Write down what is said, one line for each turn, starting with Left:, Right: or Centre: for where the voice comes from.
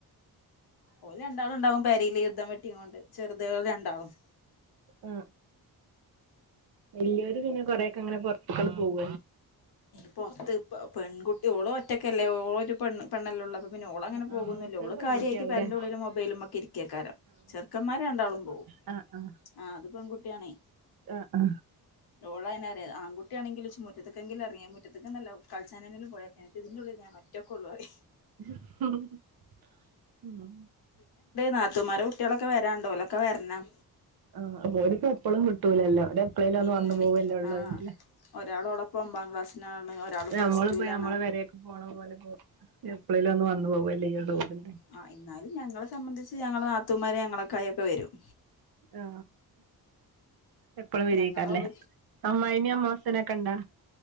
Left: ഓര് രണ്ടാളുണ്ടാവും പേരേല് യുദ്ധം വെട്ടികൊണ്ട് ചെറുതുകൾ രണ്ടാളും.
Right: ആ വല്ലൊരു പിന്നെ കൊറെക്കെ അങ്ങനെ പുൊറത്തുക്കൾ പോവ
Left: പൊറത്ത് ഇപ്പ പെൺകുട്ടി ഓള് ഒറ്റക്കല്ലേ ഓരു പെണ്ണ് പെണ്ണല്ലേ പിന്നെ ഓൾ അങ്ങനെ
Right: ആഹ്
Left: പോകുന്നുമില്ല.
Right: ആഹ് മൂത്തത്
Left: ഓൾ
Right: പെൺകുട്ടിയാവുല്ലേ
Left: കാര്യയിട്ട് പേരെൻ്റെ ഉള്ളിൽ മൊബൈലുമൊക്കെ ഇരിക്കക്കാ ചെറുക്കമാര രണ്ടാളും പോകും.
Right: ആ ആ
Left: ആ അത് പെൺകുട്ടിയാണേ.
Right: ആ ആ
Left: ഓള് <unintelligible> ആൺകുട്ടിയണെങ്കിലും ചുമുറ്റത്ത് <unintelligible> എർങ്ങി മുറ്റത്ത്ക്ക് ന്നല്ലാ കൾച്ചാനെന്നേലും പോയാ <unintelligible> ഇതിൻ്റുള്ളില് ഞാനൊറ്റക്കൊള്ളൂ പറിം.
Right: ഉ
Left: നാത്തമാരെ കുട്ടികളൊക്കെ വരാ ണ്ട് ഒലോക്കെ വരണം.
Right: ആ ഒരിപ്പോ എപ്പളും കിട്ടൂലല്ലോ എപ്പഴേും ഒന്ന്
Left: ഇല്ല
Right: വന്നു പോകല്ലോള്ളോ
Left: ആഹ്
Right: വീട്ടില്.
Left: ഒരാള് ഓളൊപ്പം ഒമ്പാം ക്ലാസ്സിനാണ് ഒരാള് പ്ലസ്
Right: നമ്മളിപ്പം
Left: ടുവിലാണ്
Right: നമ്മള പേരെക്ക് പോണ പോലെ ഇപ്പം എപ്പ <unintelligible> വന്നു പോകല്ലേ ചെയ്യുള്ളൂ.
Left: ആ എന്നാലും ഞങ്ങളെ സംബന്ധിച്ച് ഞങ്ങള നാത്തൂമാര് ഞങ്ങളക്കായി ഒക്കെ വരും.
Right: ആ എപ്പഴും വിരിയിക്കാറില്ലേ?
Left: ഞങ്ങളോള്
Right: അമ്മായിയമ്മയും, അമ്മാസനൊക്കെ ഇണ്ടാ